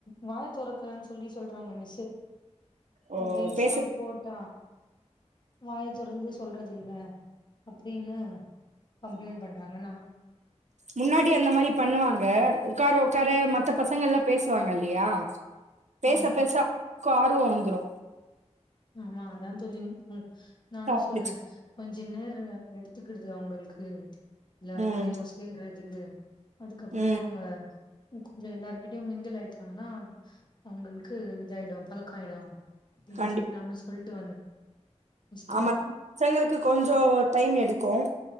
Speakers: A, on the left (about 40°); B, on the right (about 75°).
A: வா தொறக்கலன் சொல்லி சொல்றாங்க மிஸ்ஸு
B: ஓ
A: ரீம்ஸ்லா
B: பேசுச்சுன்னா
A: போட்டா வாய தொறந்து சொல்றதில்ல அப்டின்னு கம்ப்ளைண்ட் பண்றாங்க நா
B: முன்னாடி அந்த மாரி பண்ணுவாங்க உக்கார உக்கார மத்த பசங்கல்லா பேசுவாங்க இல்யா பேச
A: ஆமா
B: பேச <inaudible> ஆ ர்வொ வந்துரு
A: ஆமா அதா தோழி ம் நானு
B: சாண்ட்விச்.
A: சொன்னே கொஞ் ச நேர எடுத்துக்கிடுது அவுங்கள்க்கு எல்லார்கூடயு
B: ம்
A: சேர்றது க்கு அதுக்கப்றமு
B: ம்
A: அவுங்க கொஞ்ச எல்லார்கிட்டயு மிங்கிள் ஆயிட்டாங்கன்னா அவுங்களுக்கு இதாயிடு பழக்காயிடு அப்டி
B: கண்டிப்பா.
A: செஞ்சர்னு நானு சொல்ட்டு வந்தே கிட்ட
B: ஆமா பசங்களுக்கு கொஞ்சோ டைம் எடு கோம்